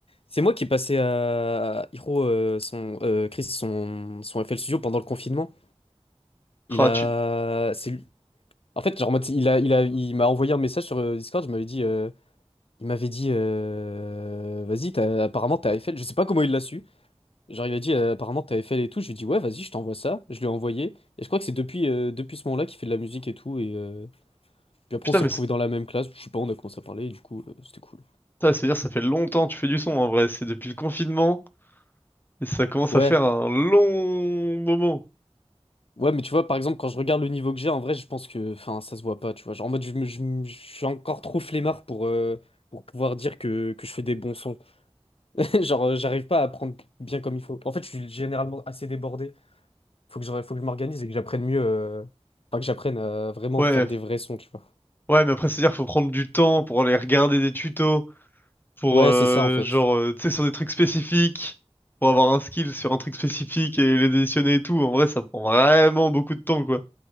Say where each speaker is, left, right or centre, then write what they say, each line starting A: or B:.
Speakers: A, on the left; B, on the left.
A: c'est moi qui ai passé à Hiro, euh, son, euh, Chris, son, son FL Studio pendant le confinement. Il
B: Ah,
A: a...
B: tu...
A: C'est lui. En fait, genre, en mode, il a, il a, il m'a envoyé un message sur euh, Discord, je m'avais dit... euh, il m'avait dit... euh, Vas-y, t'as- apparemment, t'as FL. Je sais pas comment il l'a su. Genre, il a dit, euh, apparemment, t'avais fait les touches. Je lui ai dit, ouais, vas-y, je t'envoie ça. Je lui ai envoyé. Et je crois que c'est depuis, euh, depuis ce moment-là qu'il fait de la musique et tout. Et euh, puis après,
B: Putain,
A: on s'est
B: mais
A: retrouvés
B: c'est
A: dans la même classe. Je sais pas, on a commencé à parler. Et du coup, euh, c'était cool.
B: putain, c'est-à-dire ça fait longtemps que tu fais du son en vrai. C'est depuis le confinement et ça commence
A: Ouais.
B: à faire un long moment.
A: Ouais, mais tu vois, par exemple, quand je regarde le niveau que j'ai, en vrai, je pense que, enfin, ça se voit pas, tu vois. Genre, en mode, je, me- je me- je suis encore trop flemmard pour, euh, pour pouvoir dire que, que je fais des bons sons. <laughs> Genre, euh, j'arrive pas à apprendre bien comme il faut. En fait, je suis généralement assez débordé. Faut que je, faut que je m'organise et que j'apprenne mieux. euh, Enfin, que j'apprenne à vraiment
B: Ouais,
A: faire des
B: f-
A: vrais sons, tu vois.
B: ouais, mais après, c'est-à-dire qu'il faut prendre du temps pour aller regarder des tutos. pour
A: Ouais,
B: euh,
A: c'est ça, en fait.
B: genre euh, tu sais sur des trucs spécifiques pour avoir un skill sur un truc spécifique et les additionner et tout en vrai ça prend vraiment beaucoup de temps quoi